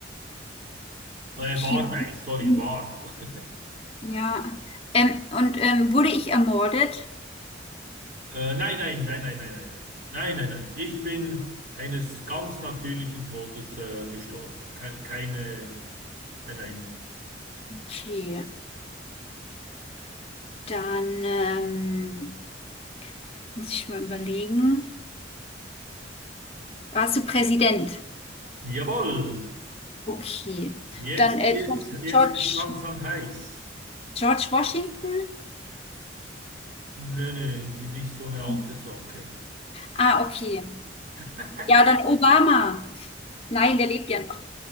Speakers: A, on the right; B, on the left.
A: Äh,
B: Okay.
A: war weiß, sorry,
B: Hm,
A: war. <laughs>
B: Ja. Ähm, und ähm, wurde ich ermordet?
A: Äh, nein, nein, nein, nein, nein, nein, nein, nein, nein, nein. Ich bin eines ganz natürlichen Todes äh, gestorben. Ke keine, nein, nein.
B: Okay. Dann ähm, muss ich mal überlegen. Warst du Präsident?
A: Jawohl,
B: Okay.
A: jetzt
B: Dann äh,
A: wird's, jetzt
B: George,
A: wird's langsam heiß.
B: George Washington?
A: Nö, nö, ich bin nicht so eine alte
B: Mhm.
A: Socke.
B: Ah, okay.
A: <laughs>
B: Ja, dann Obama. Nein, der lebt ja noch.